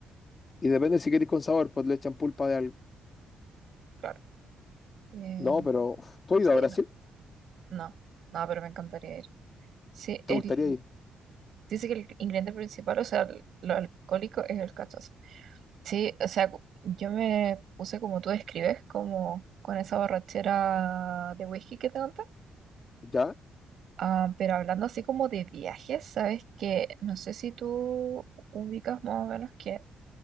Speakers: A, on the left; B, on the right.
A: Y depende si queréis con sabor, pues le echan pulpa de algo.
B: claro. Eh,
A: No, pero uf, ¿tú has
B: sí,
A: ido a Brasil?
B: No, no, pero me encantaría ir. Sí,
A: ¿Te
B: el,
A: gustaría ir?
B: dice que el ingrediente principal, o sea, el- lo alcohólico es el cachazo. Sí, o sea, cu- yo me puse como tú describes, como con esa borrachera de whisky que te conté.
A: ¿Ya?
B: Ah, pero hablando así como de viajes, sabes que no sé si tú ubicas más o menos que